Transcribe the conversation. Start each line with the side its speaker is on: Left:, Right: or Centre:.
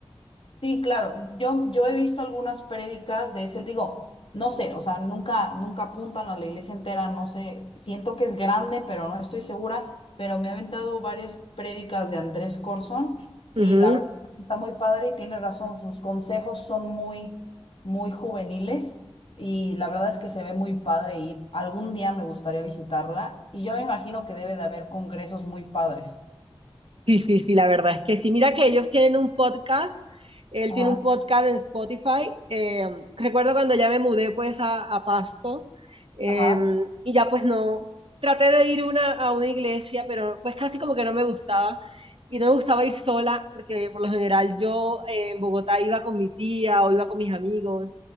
Left: Sí, claro. Yo, yo he visto algunas prédicas de ese, digo, no sé, o sea, nunca, nunca apuntan a la iglesia entera, no sé, siento que es grande, pero no estoy segura, pero me ha aventado varias prédicas de Andrés Corzón y
Right: Ujú.
Left: la verdad está muy padre y tiene razón, sus consejos son muy, muy juveniles y la verdad es que se ve muy padre ir. Algún día me gustaría visitarla y yo me imagino que debe de haber congresos muy padres.
Right: Sí, sí, sí, la verdad es que sí. Mira que ellos tienen un podcast, él
Left: Ajá,
Right: tiene un podcast en Spotify. eh, recuerdo cuando ya me mudé pues a, a Pasto eh,
Left: ajá,
Right: y ya pues no, traté de ir una, a una iglesia, pero pues casi como que no me gustaba y no me gustaba ir sola porque por lo general yo eh, en Bogotá iba con mi tía o iba con mis amigos.